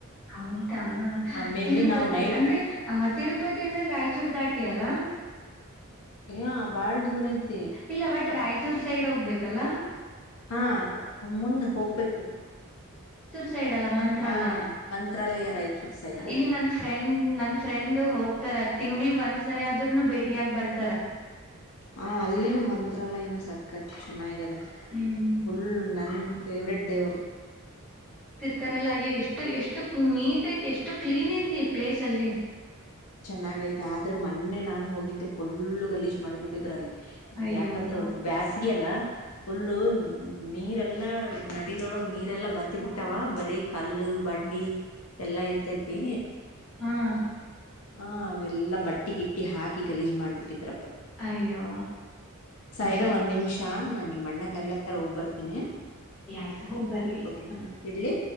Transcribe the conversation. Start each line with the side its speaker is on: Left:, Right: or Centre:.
Centre: ಹೌದಾ
Left: ಮೇ
Centre: ತಿರುಪತಿ
Left: ಬಿ ನಾವ್ ನೈಟ್
Centre: ಅಂದ್ರೆ ಆ ತಿರುಪತಿ ಅಂದ್ರೆ ರಾಯಚೂರು ದಾಟಿ ಅಲ್ಲ
Left: ಇಲ್ಲ ಬಾಳ್ ದೂರ ಐತ್
Centre: ಇಲ್ಲ ಒಟ್ ರಾಯಚೂರ್ ಸೈಡ್ ಹೋಗ್ಬೇಕಲ್ಲ
Left: ಹಾ ಮುಂದ್ ಹೋಗ್ಬೇಕು
Centre: ಸೈಡ್ಲ್ ಮಂತ್ರಾಲಯ
Left: ಹ ಮಂತ್ರಾಲಯ ರಾಯಚೂರ್ ಸೈಡ್
Centre: ಇಲ್ಲಿ ನನ್ ಫ್ರೆಂಡ್ ನನ್ ಫ್ರೆಂಡ್ ಹೋಗ್ತಾರ ತಿಂಗಳ ಒಂದ್ ಸರಿ ಆದ್ರೂನು ಭೇಟಿ ಆಗ್ ಬರ್ತ
Left: ಹ ಅಲ್ಲಿನು ಮಂತ್ರಾಲಯನು ಸಕತ್ ಚೆನ್ನಾಗಾಗಿದೆ
Centre: ಹ್ಮ್
Left: ಫುಲ್ ನನ್ ಫೇವ್ರೇಟ್ ದೇವರು
Centre: ತರಲ್ಲ ಅಯ್ಯೋ ಎಷ್ಟು ಎಷ್ಟು ನೀಟ್ ಐತಿ ಎಷ್ಟು ಕ್ಲೀನ್ ಐತಿ ಪ್ಲೇಸ್ ಅಲ್ಲಿ
Left: ಚೆನ್ನಾಗ ಐತೆ ಆದ್ರೆ ಮೊನ್ನೆ ನಾನನ್ ಹೋಗಿದ್ದೆ ಫುಲ್ ಗಲೀಜ್ ಮಾಡ್ಬಿಟ್ಟಿದ್ರ ಅಲ್ಲಿ
Centre: ಅಯ್ಯೋ
Left: ಯಾಕಂದ್ರೆ
Centre: ಹಾ
Left: ಬೇಸ್ಗೆಯಲ್ಲ ಫುಲ್ಲು ನೀರ ಎಲ್ಲಾ ನದಿದೊಳಗ್ ನೀರೆ ಎಲ್ಲಾ ಬತ್ತಿ ಬಿಟ್ಟಾವ ಬರೀ ಕಲ್ಲು ಬಂಡಿ ಎಲ್ಲಾ ಇರ್ತೈತಿ
Centre: ಹ್ಮ್
Left: ಹ ಅವೆಲ್ಲಾ ಬಟ್ಟಿಗಿಟ್ಟಿ ಹಾಕಿ ಗಲೀಜ್ ಮಾಡ್ಬಿಟ್ಟಿದ್ರಪ್ಪ
Centre: ಅಯ್ಯೋ
Left: ಸಾಯಿರ
Centre: ಇರ್ಲಿ
Left: ಒಂದ್ ನಿಮಿಷ ನಾ ನಿಮ್ಮಣ್ಣ ಕರ್ಲತ್ತಾರ ಹೋಗ್ ಬರ್ತೀನಿ
Centre: ಆಯ್ತ ಹೋಗ್ಬರಿ
Left: ಓಕೆ
Centre: ಹ
Left: ಇಡ್ಲಿ